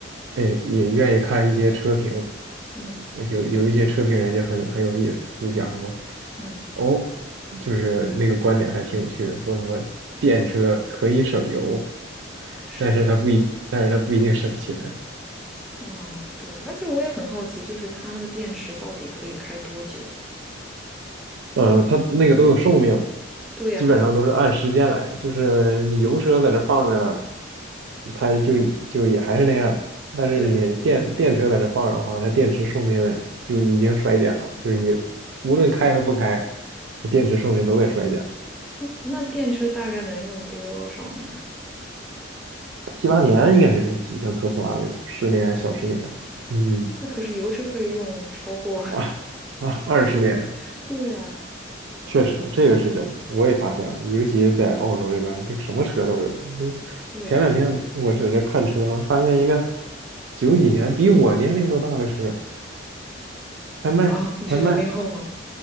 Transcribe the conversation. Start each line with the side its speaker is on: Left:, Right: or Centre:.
Right: 哎，也愿意看一些车评，
Centre: 嗯
Right: 呃有有一些车评人就很很有意思，就讲什么，
Centre: 嗯，
Right: 哦，就是那个观点还挺有趣的，说什么电车可以省油，
Centre: 是，
Right: 但是它不一，但是它不一定省钱。
Centre: 嗯对，而且我也很好奇，就是它那个电池到底可以开多久？
Right: 呃，它那个都有寿命的。
Centre: 对呀，
Right: 基本上都是按时间来，就是你油车在那放着，它就就也还是那样，但是你电电车在那放着的话，
Centre: 对，
Right: 它电池寿命就已经衰减了，就是你无论开和不开，电池寿命都在衰减，
Centre: 那电车大概能用多少年啊？
Right: 七八年应该没问题，像特斯拉这种十年小十年，嗯
Centre: 那可是油车可以用超过，
Right: 啊啊二十年，
Centre: <laughs> 对啊，
Right: 确实，这个是真的，我也发现了，尤其是在澳洲这边儿这个什么车都有。这
Centre: 对啊，
Right: 前两天我在这看车，发现一个九几年比我年龄都大的车，还卖还卖，
Centre: 啊，你是零零后吗？